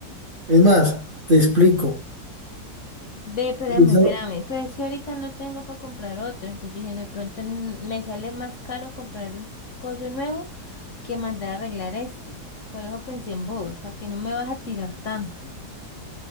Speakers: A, on the right (about 50°); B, on the left (about 60°).
A: Es más, te explico.
B: Ve, espérame,
A: Eso-
B: espérame. Pero es que ahorita no tengo para comprar otro. Entonces yo dije, "No, de pronto n- me sale más caro comprar un coso nuevo que mandar a arreglar este. Por eso pensé en vos, para que no me vas a tirar tanto.